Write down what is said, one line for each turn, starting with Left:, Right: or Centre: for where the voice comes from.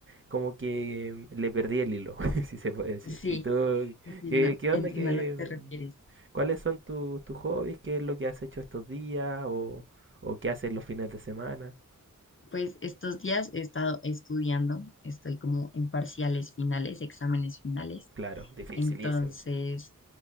Right: como que le perdí el hilo, <laughs> si se puede decir.
Left: Sí,
Right: ¿Y tú
Left: Entiendo,
Right: qué, qué onda
Left: entiendo
Right: que...
Left: a lo que te refieres.
Right: ¿Cuáles son tus tus hobbies? ¿Qué es lo que has hecho estos días? ¿O, o qué haces los fines de semana?
Left: Pues estos días he estado estudiando, estoy como en parciales finales, exámenes finales.
Right: Claro, dificilísimo.
Left: Entonces,